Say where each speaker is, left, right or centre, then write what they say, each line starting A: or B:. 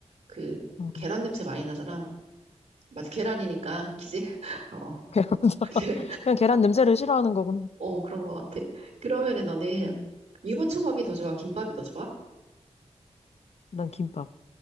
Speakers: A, on the right; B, on the left.
A: 그
B: 음.
A: 계란 냄새 많이 나잖아. 맞아, 계란이니까 기지? <laughs> 어,
B: 계란 <laughs>
A: 그래.
B: 그냥 계란 냄새를 싫어하는 거구나.
A: 어, 그런 것 같아. 그러면은 너는
B: 음,
A: 유부초밥이 더 좋아? 김밥이 더 좋아?
B: 난 김밥.